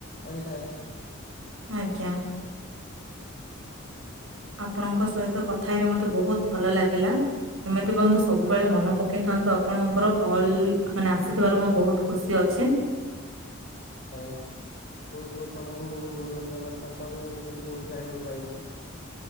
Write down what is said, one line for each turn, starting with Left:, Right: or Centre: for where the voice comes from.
Left: ଆଣିଥାଏ।
Right: ଆଜ୍ଞା। ଆପଣଙ୍କ ସହିତ କଥାଇରେ ମତେ ବହୁତ ଭଲ ଲାଗିଲା। ଏମିତି କରନ୍ତୁ ସବୁବେଳେ ମନେ ପକେଇଥାନ୍ତୁ ଆପଣଙ୍କର କଲ ମାନେ ଆସିଥିବାରୁ ମୁଁ ବହୁତ ଖୁସି ଅଛି।
Left: ଆଜ୍ଞା ବହୁତ ବହୁତ ତମକୁ ବି ବହୁତ ବହୁତ ଧନ୍ୟବାଦ ତମ ପାଖରୁ ବି ମୁଁ କିଛି ବହୁତ ଜାଣିବାକୁ ପାଇଲି।